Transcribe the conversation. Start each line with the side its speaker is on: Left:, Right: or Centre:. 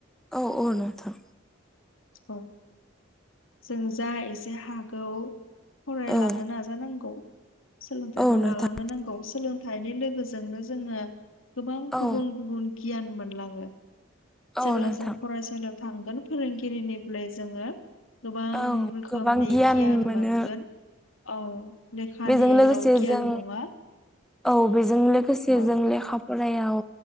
Centre: औ औ नोंथां।
Left: औ जों जा एसे हागौ फरायलांनो
Centre: औ
Left: नाजानांगौ सोलोंथाइखौ
Centre: औ
Left: लालांनो
Centre: नोंथां
Left: नांगौ। सोलोंथाइनि लोगोजोंनो जोङो गोबां
Centre: औ
Left: गुबुन गुबुन गियान मोनलाङो।
Centre: औ
Left: जेब्ला
Centre: नोंथां
Left: जों फरायसालियाव थांगोन फोरोंगिरिनिफ्राय जोङो गोबां
Centre: औ
Left: रोखोमनि
Centre: गोबां
Left: गियान
Centre: मोनो
Left: मोनगोन। औ लेखानिल'
Centre: बेजों लोगोसे
Left: गियान
Centre: जों
Left: नङा
Centre: औ बेजों लोगोसे
Left: औ
Centre: जों लेखा फरायाव